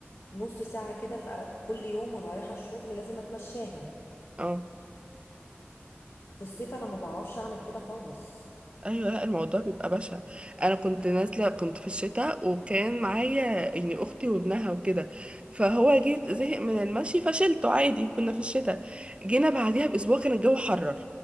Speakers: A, on the left; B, on the right.
A: نص ساعه كده في كل يوم وانا رايحه الشغل لازم اتمشاها
B: اه
A: في الصيف انا ما بعرفش اعمل كده خالص
B: ايوه لا الموضوع بيبقى بشع انا كنت نازله كنت في الشتاء وكان معايا يعني اختي وابنها وكده فهو جيت زهق من المشي فشلته عادي كنا في الشتاء جينا بعديها باسبوع كان الجو حرر